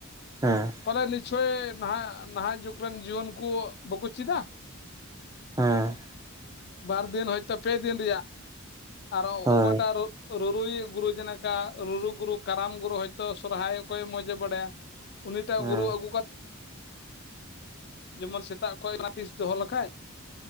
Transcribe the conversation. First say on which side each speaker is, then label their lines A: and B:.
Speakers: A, on the right; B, on the left.
A: ᱦᱮᱸ
B: ᱯᱟᱞᱮ ᱱᱤᱥᱪᱳᱭ ᱱᱟᱦᱟᱜ ᱱᱟᱦᱟᱜ ᱡᱩᱜᱽ ᱨᱮᱱ ᱡᱤᱭᱚᱱ ᱠᱚ ᱵᱟᱠᱚ ᱪᱮᱫᱟ᱾
A: ᱦᱮᱸ
B: ᱵᱟᱨ ᱫᱤᱱ ᱦᱚᱭᱛᱳ ᱯᱮ ᱫᱤᱱ ᱨᱮᱭᱟᱜ ᱟᱨᱚ
A: ᱦᱳᱭ
B: ᱚᱠᱚᱭᱴᱟᱜ ᱟᱨᱚ, ᱨᱩᱨᱩᱭᱤᱡ ᱜᱩᱨᱩ ᱡᱮᱱᱠᱟ ᱨᱩᱨᱩ ᱜᱩᱨᱩ ᱠᱟᱨᱟᱢ ᱜᱩᱨᱩ ᱦᱚᱭᱛᱳ ᱥᱚᱨᱦᱟᱭ ᱚᱠᱚᱭ ᱢᱚᱸᱡᱮ ᱵᱟᱲᱟᱭᱟ᱾ ᱩᱱᱤᱴᱟᱜ
A: ᱦᱮᱸ
B: ᱜᱩᱨᱩ ᱟᱹᱜᱩ ᱡᱮᱢᱚᱱ ᱥᱮᱛᱟᱜ ᱠᱷᱚᱱ ᱚᱱᱟ ᱛᱤᱥ ᱫᱚᱦᱚ ᱞᱮᱠᱷᱟᱡ,